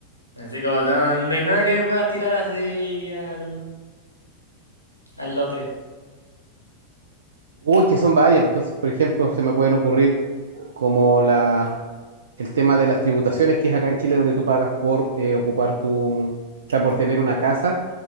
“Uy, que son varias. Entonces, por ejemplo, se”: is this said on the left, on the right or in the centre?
Right